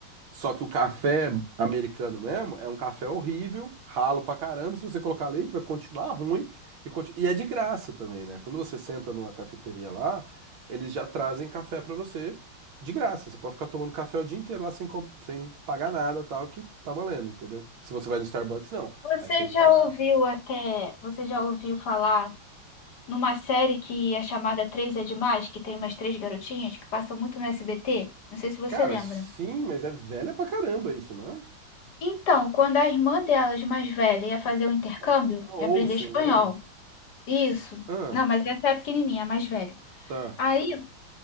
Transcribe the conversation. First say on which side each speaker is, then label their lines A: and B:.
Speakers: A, on the right; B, on the left.
A: Só que o café americano mesmo é um café horrível, ralo pra caramba. Se você colocar leite, vai continuar ruim. E, conti- e é de graça também, né? Quando você senta numa cafeteria lá, eles já trazem café pra você de graça. Você pode ficar tomando café o dia inteiro lá sem, co- sem pagar nada, tal, que tá valendo, entendeu? Se você vai no Starbucks, não.
B: Você
A: Aí você tem
B: já
A: que pagar.
B: ouviu até. Você já ouviu falar numa série que é chamada Três é Demais, que tem umas três garotinhas que passam muito no SBT? Não sei se você
A: Cara,
B: lembra.
A: sim, mas é velha pra caramba isso, não é?
B: Então, quando a irmã delas, mais velha, ia fazer o intercâmbio
A: A a Olsen,
B: e aprender espanhol.
A: não é?
B: Isso.
A: Ah,
B: Não, mas essa é a pequenininha, a mais velha.
A: tá.
B: Aí